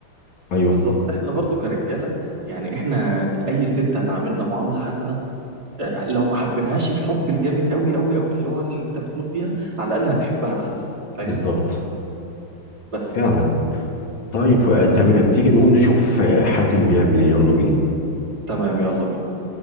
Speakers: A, on the left (about 80°); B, on the right (about 50°).
A: ايوه
B: بالظبط احنا برضو كرجاله يعني احنا اي ست هتعاملنا معامله حسنه لو ما حبينهاش الحب الجامد قوي قوي قوي اللي هو اللي انت بتموت فيها على الاقل هتحبها بس فاهم
A: بالظبط
B: بس
A: فعلا طيب آه، تمام تيجي نقوم نشوف آه، حازم بيعمل ايه يلا بينا
B: تمام يلا بينا